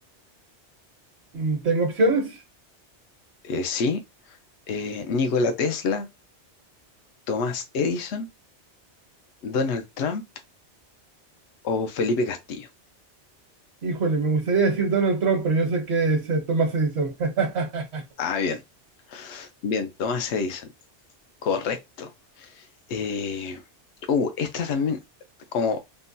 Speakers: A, on the right (about 65°); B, on the left (about 70°).
A: mm, ¿tengo opciones?
B: Eh, sí, eh, Nikola Tesla, Tomás Edison, Donald Trump o Felipe Castillo.
A: Híjole, me gustaría decir Donald Trump, pero yo sé que es eh, Thomas Edison. <laughs>
B: Ah, bien, bien, Tomás Edison. Correcto. Eh, uh, esta también, como